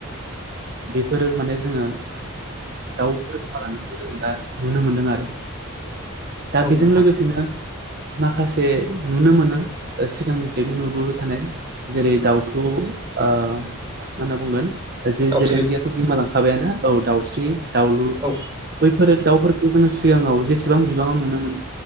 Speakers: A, on the right (about 45°); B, on the right (about 20°).
A: बेफोरो माने जोङो दाउफोर खानायखौ जोङो दा नुनो मोनदों आरो दा
B: औ
A: बेजों
B: नोंथां
A: लोगोसेनो माखासे नुनो मोनो सिगांनिफ्रायनो नुबोबाय थानाय जेरै- दाउथु ओ मा होनना बुंगोन जे
B: दाउस्रि
A: जेलेंगियाथ' बिमालांखाबायानो औ दाउस्रि दाउलुर
B: औ
A: बैफोरो दाउफोरखौ जोङो सिगाङाव जेसेबां बिबाङाव नुनो मोन